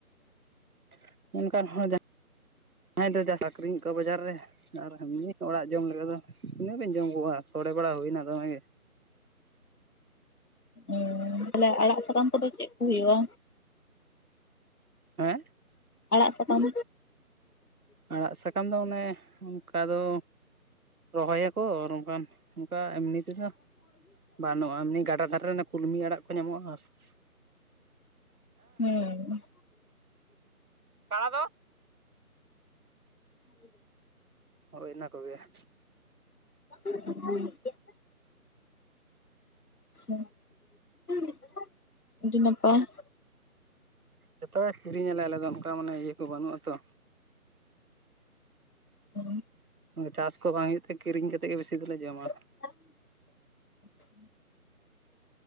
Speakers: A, on the right; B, on the left.
A: ᱾ ᱚᱱᱠᱟ ᱦᱚᱲ ᱡᱟᱦᱟᱸᱭ ᱫᱚ ᱡᱟᱥ ᱟᱠᱷᱨᱤᱝ ᱟᱠᱚ ᱵᱟᱡᱟᱨ ᱨᱮ ᱟᱨᱦᱚᱸ <unintelligible> ᱚᱲᱟᱜ ᱡᱚᱢ ᱞᱮᱠᱟ ᱫᱚ ᱛᱤᱱᱟᱹᱜᱵᱤᱱ ᱡᱚᱢ ᱠᱚᱣᱟ ᱥᱚᱲᱮ ᱵᱟᱲᱟ ᱦᱩᱭᱱᱟ ᱫᱚᱢᱮ ᱜᱮ ᱾
B: ᱩᱸ ᱛᱟᱦᱚᱞᱮ ᱟᱲᱟᱜ ᱥᱟᱠᱟᱢ ᱠᱚᱫᱚ ᱪᱮᱫ ᱠᱚ ᱦᱩᱭᱩᱜᱼᱟ?
A: ᱦᱮᱸ
B: ᱟᱲᱟᱜ ᱥᱟᱠᱟᱢᱼᱼ
A: ᱟᱲᱟᱜ ᱥᱟᱠᱟᱢ ᱫᱚ ᱚᱱᱮ ᱚᱝᱠᱟ ᱫᱚ ᱨᱚᱦᱚᱭ ᱟᱠᱚ ᱟᱨ ᱵᱟᱝᱠᱷᱟᱱᱼᱼ ᱚᱝᱠᱟ ᱮᱢᱱᱤ ᱛᱮᱫᱚ ᱵᱟᱱᱩᱜᱼᱟ ᱮᱢᱱᱤ ᱜᱟᱰᱟ ᱫᱷᱟᱨᱮ ᱨᱮᱱᱼᱼ ᱠᱩᱞᱢᱤ ᱟᱲᱟᱜ ᱠᱚ ᱧᱟᱢᱚᱜᱼᱟ ᱥᱮ ᱾
B: ᱦᱮᱸ
A: ᱠᱟᱬᱟ ᱫᱚᱼᱼ
B: <inaudible>
A: ᱦᱚᱭ ᱤᱱᱟᱹ ᱠᱚᱜᱮ ᱾
B: <unintelligible> ᱟᱪᱪᱷᱟ <inaudible> ᱟᱹᱰᱤ ᱱᱟᱯᱟᱭ ᱾
A: ᱡᱚᱛᱚ ᱜᱮ ᱠᱤᱨᱤᱝ ᱟᱞᱮ ᱟᱞᱮ ᱫᱚ ᱚᱝᱠᱟ ᱢᱟᱱᱮ ᱤᱭᱟᱹ ᱠᱚ ᱵᱟᱹᱱᱩᱜᱼᱟ ᱛᱚ ᱾ <inaudible>
B: <unintelligible>
A: ᱪᱟᱥ ᱠᱚ ᱵᱟᱝ ᱦᱩᱭᱩᱜ ᱛᱮ ᱠᱤᱨᱤᱝ ᱠᱟᱛᱮᱫ ᱜᱮ ᱵᱤᱥᱤ ᱫᱚᱞᱮ ᱡᱚᱢᱟ ᱾
B: <inaudible> ᱟᱪᱪᱷᱟ